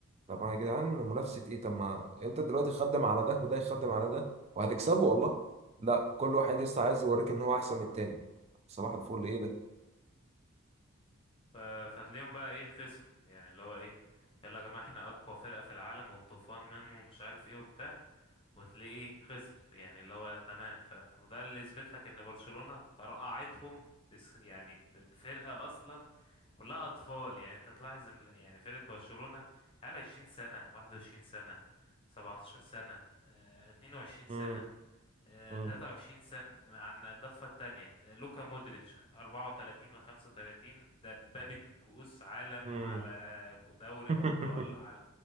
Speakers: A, on the right; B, on the left.
A: طب ما يا جدعان منافسة ايه طب ما انت دلوقتي خدم على ده وده يخدم على ده وهتكسبه والله لا كل واحد يسطا عايز يوريك ان هو احسن من التاني صباح الفل ايه ده
B: ف- فهتلاقيهم بقى ايه خسروا يعني اللي هو ايه يلا يا جماعة احنا اقوى فرقة في العالم والطوفان منه ومش عارف ايه وبتاع وتلاقيه إيه، خسر يعني اللي هو تمام فاهم وده اللي يثبت لك ان برشلونة طرقعتهم بس يعني ب- بفرقة اصلا كلها اطفال يعني انت تلاحظ ان يعني فرقة برشلونة على 20 سنة 21 سنة 17 سنة آه، 22 سنة
A: مم.
B: آه،
A: مم.
B: 23 سنة عن الضفة التانية آه، لوكا مودريتش 34 من 35 دبابة كؤوس عالم
A: مم.
B: على دوري
A: <laughs>
B: أبطال على